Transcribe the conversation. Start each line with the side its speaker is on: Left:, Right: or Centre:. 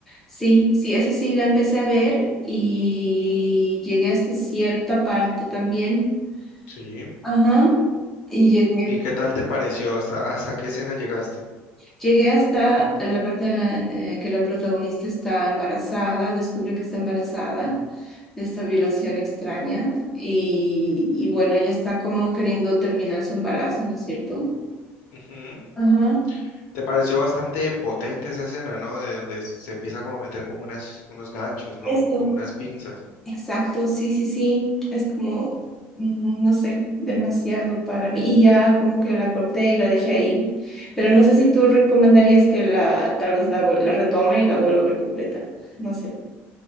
Centre: Sí, sí, esa sí la empecé a ver y llegué hasta cierta parte también.
Left: Sí.
Centre: Ajá. Y llegué,
Left: ¿Y qué tal te pareció? ¿Hasta, hasta qué escena llegaste?
Centre: llegué hasta la parte en la, eh, que la protagonista está embarazada, descubre que está embarazada de esta violación extraña y, y bueno, ella está como queriendo terminar su embarazo, ¿no es cierto?
Left: Ujú.
Centre: Ajá.
Left: Te pareció bastante potente esa escena, ¿no? De donde se empieza como a meter como unas, unos ganchos, ¿no?
Centre: Eso.
Left: Como unas pinzas.
Centre: Exacto, sí, sí, sí. Es como, mm, no sé, demasiado para mí. Y ya como que la corté y la dejé ahí. Pero no sé si tú recomendarías que la, tal vez la, vol- la retome y la vuelva a ver completa. No sé.